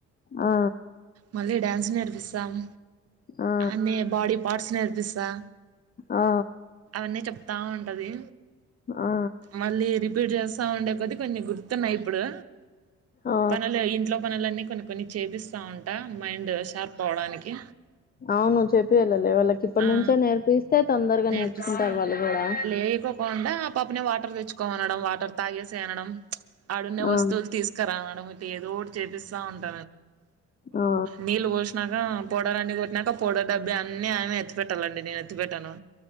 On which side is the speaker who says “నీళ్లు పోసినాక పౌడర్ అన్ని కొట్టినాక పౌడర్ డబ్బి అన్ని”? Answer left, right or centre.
Right